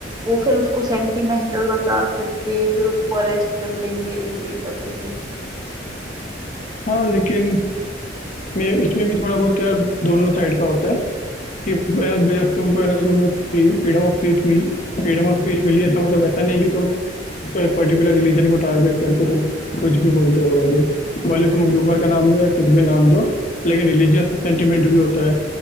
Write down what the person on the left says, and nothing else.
हाँ, लेकिन मैं उसमें भी थोड़ा बहुत यार दोनों साइड का होता है कि यार जब तुमको है ना तुम्हें फ्रीडम ऑफ स्पीच मिली फ्रीडम ऑफ स्पीच मिली है इसका मतलब ऐसा नहीं कि तुम कोई पर्टिकुलर रिलीजन को टारगेट करके तुम कुछ भी बोलते रहोगे भले तुम ह्यूमर का नाम दो या कुछ भी नाम दो लेकिन रिलीजियस सेंटिमेंट भी होता है